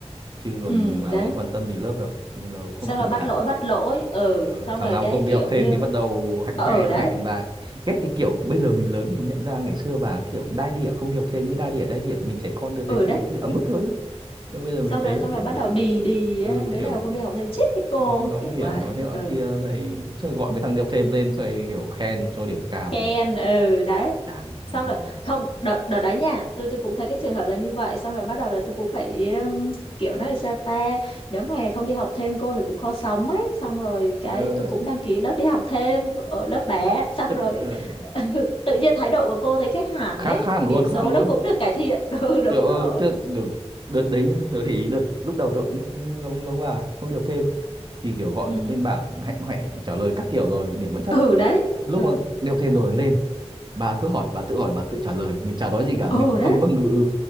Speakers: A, on the right (about 40°); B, on the left (about 55°).
A: chứ còn
B: ừ
A: bà
B: đấy
A: có quan tâm gì lớp đâu nên nó không
B: xong
A: tình
B: rồi bắt
A: cảm
B: lỗi bắt lỗi ừ
A: Ờ,
B: xong
A: thằng
B: rồi
A: nào
B: cái
A: không
B: kiểu
A: đi học thêm
B: như
A: thì bắt đầu hạnh
B: ờ,
A: hoẹ
B: ừ
A: hạnh
B: đấy
A: hoẹn lại ghét cái kiểu bây giờ mình lớn mình nhận ra ngày xưa bà kiểu đai đỉa không đi học thêm cái đai đỉa đai đỉa mình trẻ con được đấy
B: ừ
A: thì
B: đấy
A: mình cứ ấm ức thôi nhưng bây giờ mình
B: xong
A: thấy
B: rồi
A: là
B: xong rồi
A: kiểu
B: bắt
A: đấy
B: đầu đì đì
A: ừ,
B: á, đứa
A: kiểu
B: nào không đi học thì chết với cô
A: nói nói
B: kiểu
A: mỉa
B: vậy
A: nói thế nọ
B: ừ
A: kia rồi rồi gọi mấy thằng đi học thêm lên rồi kiểu khen cho điểm cao
B: ken ừ đấy
A: chán
B: xong
A: nói chung
B: rồi
A: là
B: không đợt đợt đấy nha tôi tôi cũng thấy cái trường hợp là như vậy xong rồi bắt đầu là tôi cũng phải um, kiểu nói sao ta nếu mà không đi học thêm cô thì cũng khó sống ấy xong rồi cái
A: ờ,
B: tôi cũng đăng ký lớp đi học thêm ở lớp bé xong
A: chấp
B: rồi
A: nhận ờ,
B: <laughs> tự nhiên thái độ của cô thấy khác hẳn
A: khá
B: ấy
A: khá hẳn
B: điểm
A: luôn khá
B: số
A: hẳn luôn
B: nó cũng được cải thiện <laughs> ừ đúng
A: kiểu ờ,
B: rồi
A: thế là đợt, đợt đấy nhá tớ để ý đợt lúc đầu tớ cũng giống giống bà không được thêm thì kiểu gọi
B: ừ
A: mình lên bảng hạnh hoẹ trả lời các kiểu rồi điểm vẫn thấp
B: ừ đấy
A: lúc
B: ừ
A: mà đi thêm rồi lên bà cứ hỏi bà tự hỏi bà tự trả lời mình chả nói gì cả
B: ừ
A: mình chỉ vâng
B: đấy
A: vâng ừ ừ